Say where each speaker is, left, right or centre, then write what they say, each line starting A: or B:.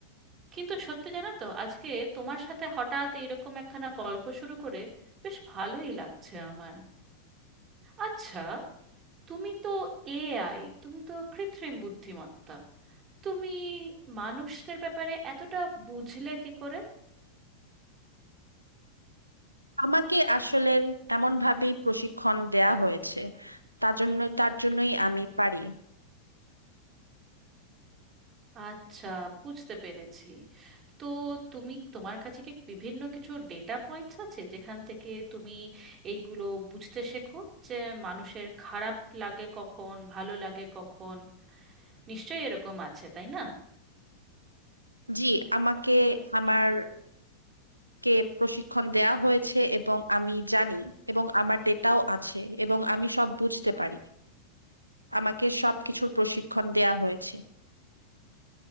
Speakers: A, on the right; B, on the right.
A: কিন্তু সত্যি জানো তো আজকে তোমার সাথে হঠাৎ এইরকম একখানা গল্প শুরু করে বেশ ভালোই লাগছে আমার আচ্ছা তুমি তো এআই তুমি তো কৃত্রিম বুদ্ধিমত্তা তুমি মানুষদের ব্যাপারে এতটা বুঝলে কি করে
B: আমাকে আসলে এমন ভাবেই প্রশিক্ষণ দেয়া হয়েছে তার জন্য তার জন্যই আমি পারি
A: আচ্ছা বুঝতে পেরেছি তো তুমি তোমার কাছে কি বিভিন্ন কিছু ডেটা পয়েন্টস আছে যেখান থেকে তুমি এইগুলো বুঝতে শেখো যে মানুষের খারাপ লাগে কখন ভালো লাগে কখন নিশ্চয়ই এরকম আছে তাই না
B: জি আমাকে আমার কে প্রশিক্ষণ দেয়া হয়েছে এবং আমি জানি এবং আমার ডেটাও আছে এবং আমি সব বুঝতে পারি আমাকে সব কিছুর প্রশিক্ষণ দেয়া হয়েছে